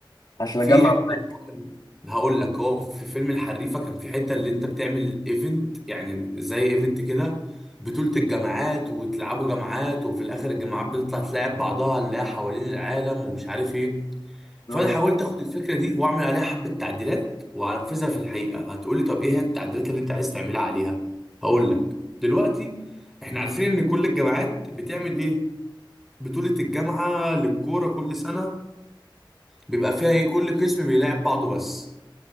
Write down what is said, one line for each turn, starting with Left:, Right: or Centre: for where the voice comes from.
Left: عشان
Centre: في
Left: اجمع
Centre: حته
Left: معاك
Centre: اللي هو كان هقول لك هو في فيلم الحريفه كان في حته اللي انت بتعمل ايفنت يعني زي ايفنت كده بطولة الجامعات وتلعبوا جامعات وفي الاخر الجامعات بتطلع تلاعب بعضها اللي هي حوالين العالم ومش عارف ايه فانا
Left: اه
Centre: حاولت اخد الفكره دي واعمل عليها حبه تعديلات وانفذها في الحقيقه هتقولي طب ايه هي التعديلات اللي انت عايز تعملها عليها هقول لك دلوقتي احنا عارفين ان كل الجامعات بتعمل ايه بطولة الجامعة للكورة كل سنة بيبقى فيها ايه كل قسم بيلاعب بعضه بس